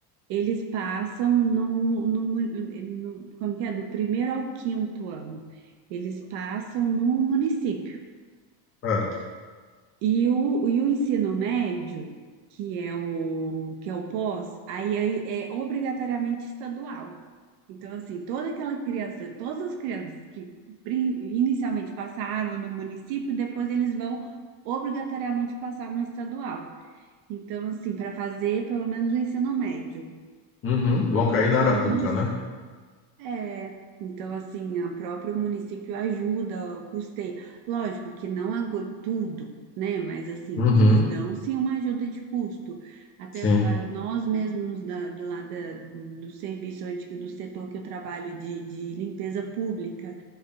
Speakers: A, on the right (about 70°); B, on the left (about 30°).
A: eles passam no, no, no, como que é? Do primeiro ao quinto ano, eles passam no município.
B: Certo.
A: E o, e o ensino médio, que é o, que é o pós, aí é, é obrigatoriamente estadual. Então, assim, toda aquela criança, todas as crianças que pri- inicialmente passaram no município, depois eles vão obrigatoriamente passar no estadual. Então, assim, para fazer pelo menos o ensino médio.
B: Uhum, vão
A: Então,
B: cair na
A: com
B: Arapuca,
A: isso,
B: né?
A: é, então assim, o próprio município ajuda, custeia. Lógico que não agro- tudo, né? Mas assim,
B: Uhum,
A: eles dão sim uma ajuda de custo. Até
B: sim.
A: ah, nós mesmos da, do, lá da- do serviço onde, que- do setor que eu trabalho de, de limpeza pública,